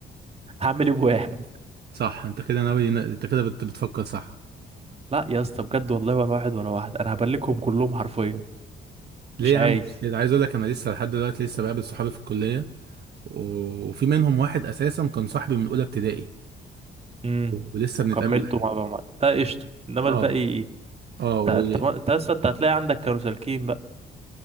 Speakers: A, on the right; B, on the right.
A: هعمل ايه بواحد
B: صح انت كده ناوي انت كده بت- بتفكر صح
A: لا يا اسطى بجد والله ورا واحد ورا واحد انا هبلكهم كلهم حرفيا
B: ليه
A: مش
B: يا
A: عايز
B: عم كده عايز اقول لك انا لسه لحد دلوقتي لسه بقابل صحابي في الكليه وفي منهم واحد اساسا كان صاحبي من اولى ابتدائي
A: امم
B: ولسه
A: وكملته
B: بنتقابل لحد
A: مع مع ده قشطه
B: <laughs>
A: انما
B: اه
A: الباقي
B: اه
A: انت انت
B: و...
A: ما- انت اصلا انت هتلاقي عندك كانوا سالكين بقى